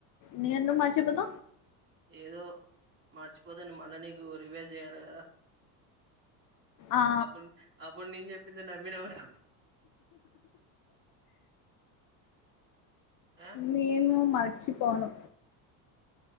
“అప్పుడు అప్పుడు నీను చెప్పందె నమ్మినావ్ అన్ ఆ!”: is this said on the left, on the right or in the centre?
Right